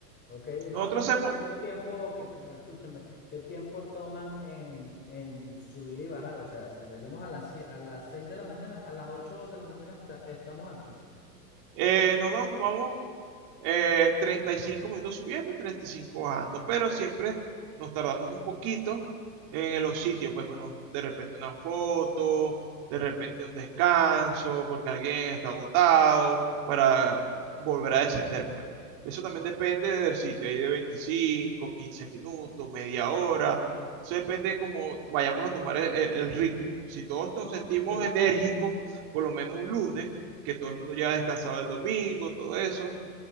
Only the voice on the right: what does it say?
nosotros
hacemos,
eh, nosotros tomamos eh, 35 minutos subiendo, 35 bajando, pero siempre nos tardamos un poquito en los sitios, pues bueno, de repente una foto, de repente un descanso, porque alguien está agotado, para volver a descender, pues. Eso también depende del sitio, ahí de 25, 15 minutos, media hora. Eso depende de cómo vayamos a tomar el- el ritmo. Si todos nos
sentimos enérgicos, por lo menos un lunes, que todo el mundo ya ha descansado el domingo, todo eso,